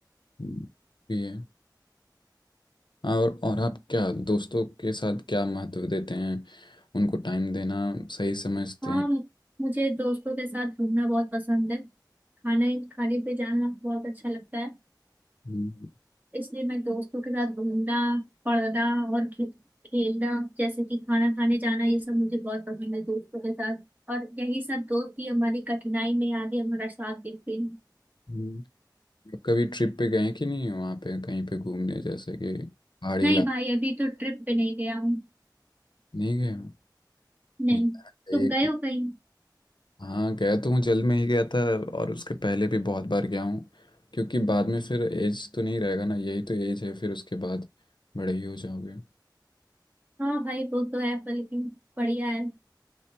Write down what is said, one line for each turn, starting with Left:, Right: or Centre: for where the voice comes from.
Left: हम्म, ये है और और आप क्या दोस्तों के साथ क्या महत्व देते हैं उनको टाइम देना सही समझते
Right: हाँ
Left: हैं
Right: मुझे दोस्तों के साथ घूमना बहुत पसंद है खाने खाने पे जाना बहुत अच्छा लगता है
Left: हम्म,
Right: इसलिए मैं दोस्तों के साथ घूमना पढ़ना और खे, खेलना जैसे कि खाना खाने जाना ये सब मुझे बहुत पसंद है दोस्तों के साथ और यही सब दोस्त ही हमारी कठिनाई में आगे हमारा साथ देते हैं
Left: हम्म। कभी ट्रिप पे गए कि नहीं वहाँ पे कहीं पे घूमने जैसे कि पहाड़ी
Right: नहीं
Left: इलाके
Right: भाई अभी तो ट्रिप पे नहीं गया हूँ
Left: नहीं गए हो?
Right: नहीं
Left: नहीं जाना चाहिए
Right: तुम गए हो कहीं
Left: हाँ गया तो हूँ जल में ही गया था और उसके पहले भी बहुत बार गया हूँ क्योंकि बाद में फिर एज तो नहीं रहेगा ना यही तो एज है फिर उसके बाद बड़े ही हो जाओगे
Right: हाँ भाई वो तो है पर लेकिन बढ़िया है